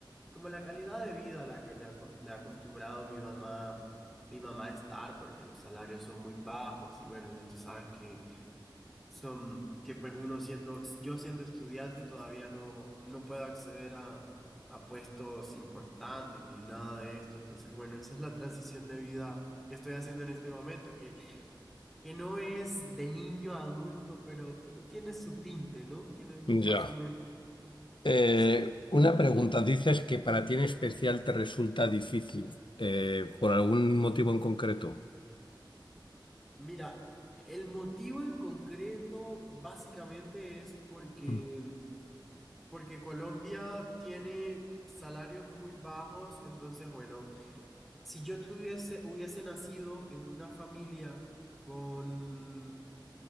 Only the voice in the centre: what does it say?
como la calidad de vida a la que me ha, acos- me ha acostumbrado mi mamá, mi mamá a estar, porque los salarios son muy bajos y bueno, ya tú sabes que son, que pues uno siendo, yo siendo estudiante todavía no, no puedo acceder a, a puestos importantes ni nada de esto. Entonces, bueno, esa es la transición de vida que estoy haciendo en este momento, que, que no es de niño a adulto, pero, pero tiene su tinte, ¿no? Tiene más
o menos,
sí.
Mira, el motivo en concreto básicamente es porque,
porque Colombia tiene salarios muy bajos, entonces bueno, si yo tuviese, hubiese nacido en una familia con,